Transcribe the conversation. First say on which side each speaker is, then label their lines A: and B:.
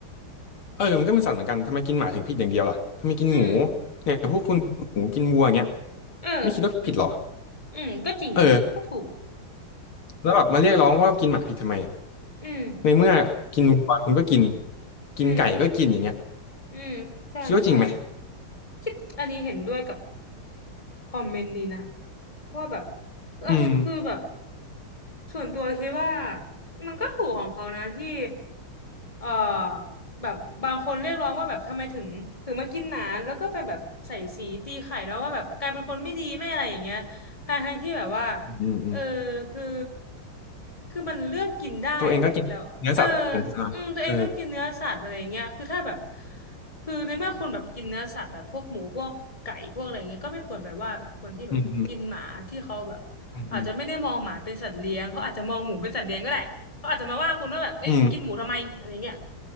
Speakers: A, on the left; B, on the left.
A: เออมันก็เป็นสัตว์เหมือนกันทำไมกินหมาถึงผิดอย่างเดียวล่ะทำไมกินหมู
B: อืม
A: เนี่ยพวกคุณกินหมูกินวัวอย่างเงี้ย
B: เออ
A: ไม่คิดว่าผิดหรอ
B: อืมก็จริงนะก็ถูก
A: เออแล้วแบบมาเรียกร้องว่ากินหมาผิดทำไม
B: อืม
A: ในเมื่อกินวัวคุณก็กินกินไก่ก็กินอย่างเงี้ย
B: อืมอืมใช่ใช่
A: คิดว่าจริงไหม
B: คิดอันนี้เห็นด้วยกับคอมเมนต์นี้นะว่าแบบเออคือแบบ
A: อืม
B: ส่วนตัวคิดว่ามันก็ถูกของเขานะที่ เอ่อแบบบางคนเรียกร้องว่าแบบทำไมถึงถึงมากินหนานแล้วก็ไปแบบใส่สีตีไข่เนาะว่าแบบกลายเป็นคนไม่ดีไม่อะไรอย่างเงี้ยทั้งทั้งที่แบบว่า
A: อืมอืม
B: เออคือคือมันเลือกกินได้แหละแต่เออ
A: ตัวเองก็กินเนื้อสัตว์เหมือนกันใช่ไหมเออ
B: อืมตัวเองก็กินเนื้อสัตว์อะไรอย่างเงี้ยคือถ้าแบบคือในเมื่อคนแบบกินเนื้อสัตว์แบบพวกหมูพวกไก่พวกอะไรอย่างเงี้ยก็ไม่ควรไปว่าแบบคนที่แบบกินหมาที่เขาแบบ
A: อืมอืมอืม
B: อาจจะไม่ได้มองหมาเป็นสัตว์เลี้ยงเขาอาจจะมองหมูเป็นสัตว์เลี้ยงก็ได้ เขาอาจจะมาว่าคุณว่าแบบเอ๊ะกินหมูทำไมอะไรเงี้ย
A: อืม